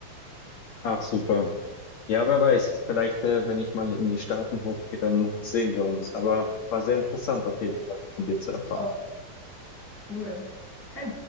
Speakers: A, on the left; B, in the centre.
A: Ach, super. Ja, wer weiß. Vielleicht, äh, wenn ich mal in die Staaten hochgehe, dann sehen wir uns. Aber war sehr interessant auf jeden Fall von dir zu erfahren.
B: Ich auch. Cool. Okay.